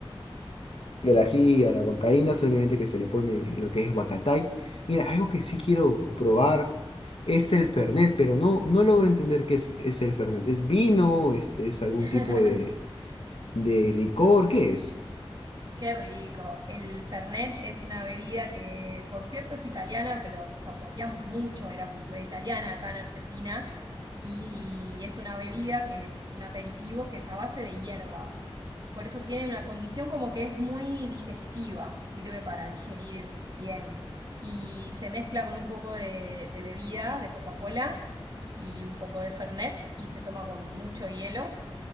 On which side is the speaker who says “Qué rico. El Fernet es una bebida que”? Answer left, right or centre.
Right